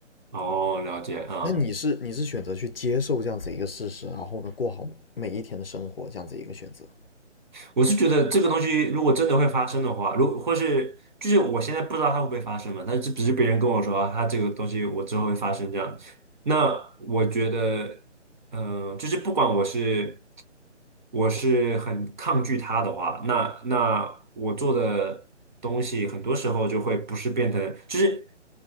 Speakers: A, on the right; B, on the left.
A: 哦，了解啊。
B: 那你是你是选择去接受这样子一个事实，然后呢过好每一天的生活这样子一个选择。
A: 我是觉得这个东西如果真的会发生的话，如或是就是我现在不知道它会不会发生嘛，但是只是别人跟我说啊它这个东西我之后会发生这样，那我觉得，嗯、就是不管我是。我是很抗拒他的话，那那我做的东西很多时候就会不是变成，就是